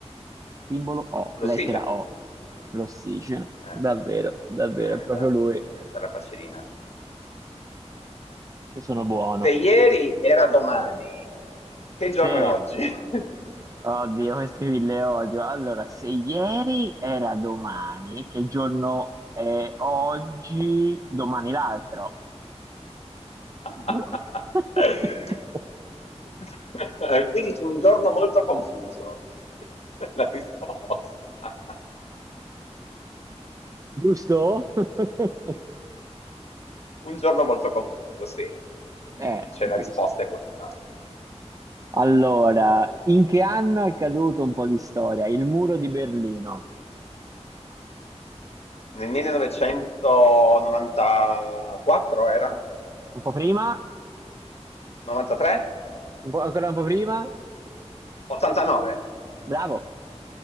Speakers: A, on the right; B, on the left.
A: simbolo O, lettera
B: L'ossigeno.
A: O, l'ossigeno.
B: Eh,
A: Davvero, davvero,
B: no,
A: è
B: questa,
A: proprio lui.
B: questa era facilina.
A: Io sono buono.
B: Se ieri era domani, che giorno
A: Sì,
B: è oggi? <laughs>
A: oddio, questi qui le odio. Allora, se ieri era domani, che giorno è oggi? Domani l'altro.
B: <laughs>
A: <laughs>
B: Quindi c'è un giorno molto confuso. <laughs> La risposta.
A: Giusto? <laughs>
B: Un giorno molto confuso, sì. Dice,
A: Eh, giusto.
B: la risposta è quella.
A: Allora, in che anno è caduto un po' di storia? Il muro di Berlino.
B: Nel 1994 era?
A: Un po' prima?
B: 93?
A: Un po', ancora un po' prima?
B: 89?
A: Bravo.